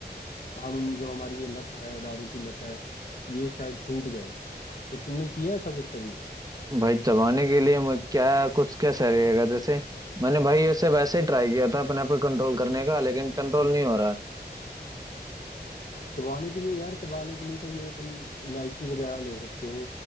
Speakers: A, on the left (about 50°); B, on the right (about 20°).
A: हम जो हमारी ये लत है दारू की लत है ये शायद छूट जाए तो तुमने किया ऐसा कुछ कभी
B: भाई चबाने के लिए मैं क्या कुछ कैसा रहेगा जैसे मैंने भाई ऐसे वैसे ही ट्राई किया था अपने पे कंट्रोल करने का लेकिन कंट्रोल नहीं हो रहा
A: चबाने के लिए यार चबाने के लिए तो ये तुम इलायची वगैरह ले सकते हो